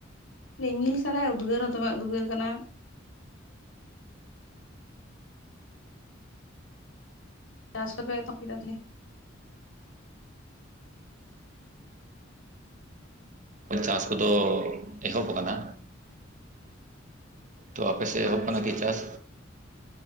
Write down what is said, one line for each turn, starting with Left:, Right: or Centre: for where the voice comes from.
Left: ᱨᱤᱢᱤᱞ <inaudible> ᱩᱫᱽᱜᱟᱹᱨ ᱦᱚᱸ ᱫᱚᱢᱮ ᱩᱫᱽᱜᱟᱹᱨ ᱠᱟᱱᱟ᱾ <unintelligible> ᱪᱟᱥ ᱠᱚᱯᱮ ᱮᱛᱚᱦᱚᱵ ᱠᱮᱫᱟ ᱛᱟᱦᱚᱞᱮ?
Right: ᱪᱟᱥ ᱠᱚᱫᱚ ᱮᱦᱚᱵ ᱠᱟᱱᱟ᱾ ᱛᱚ ᱟᱯᱮ ᱥᱮᱫ
Left: ᱚ
Right: ᱮᱦᱚᱵ
Left: ᱟᱪᱪᱷᱟ
Right: ᱠᱟᱱᱟ ᱠᱤ ᱪᱟᱥ?